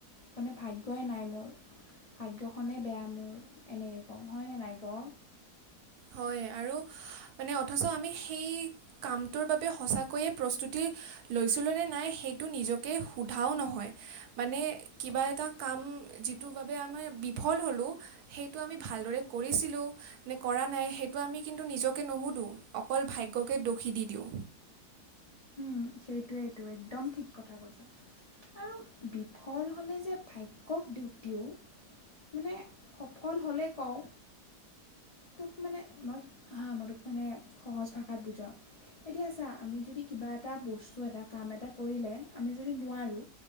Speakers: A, on the left; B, on the right.
A: মানে ভাই গ্যই নাই মোৰ, ভাগ্যখনে বেয়া মোৰ এনেকে কম হয়নে নাই ক?
B: হয় আৰু মানে অথচ আমি সেই কামটোৰ বাবে সঁচাকৈয়ে প্ৰস্তুতি লৈছিলো নে নাই সেইটো নিজকে সোধাও নহয় মানে কিবা এটা কাম, যিটোৰ বাবে আমাৰ বিফল হ'লো সেইটো আমি ভালদৰে কৰিছিলোঁ নে কৰা নাই সেইটো আমি কিন্তু নিজকে নুশুধোঁ, অকল ভাগ্যকে দোষী দি দিওঁ।
A: উম সেইটোৱেইটো একদম ঠিক কথা কৈছ। আৰু বিফল হ'লে যে ভাগ্যক দোষ দিও মানে সফল হ'লে কওঁ তোক মানে মই, হা মই তোক মানে সহজ ভাষাত বুজাওঁ। এতিয়া চা, আমি যদি কিবা এটা বস্তু এটা কাম এটা কৰিলে আমি যদি নোৱাৰোঁ